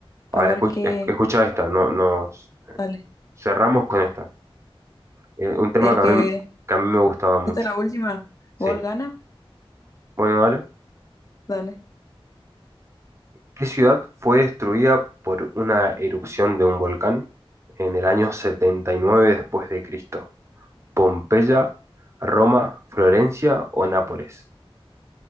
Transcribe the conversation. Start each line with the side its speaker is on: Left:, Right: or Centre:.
Right: A
Left: A
Right: ver,
Left: ver qué.
Right: escucha, esta, no, no.
Left: Dale.
Right: Cerramos con esta. Eh, un tema
Left: El
Right: que
Left: que.
Right: a mí, que a mí me gustaba mucho.
Left: Esta es la última.
Right: Sí.
Left: ¿Gol gana?
Right: Bueno, dale.
Left: Dale.
Right: ¿Qué ciudad fue destruida por una erupción de un volcán en el año 79 después de Cristo? ¿Pompeya, Roma, Florencia o Nápoles?